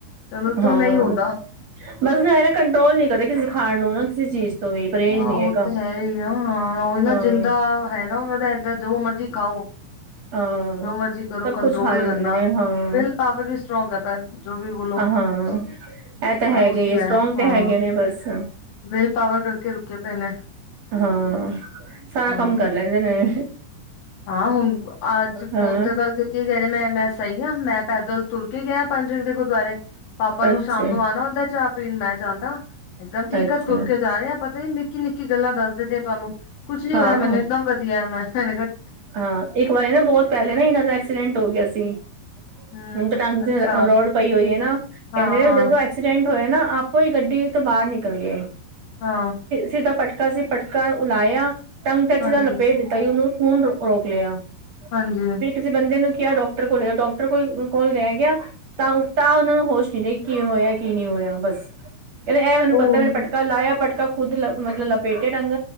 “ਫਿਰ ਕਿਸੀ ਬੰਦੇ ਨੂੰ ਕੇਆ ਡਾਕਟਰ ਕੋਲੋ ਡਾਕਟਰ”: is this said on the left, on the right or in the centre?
Right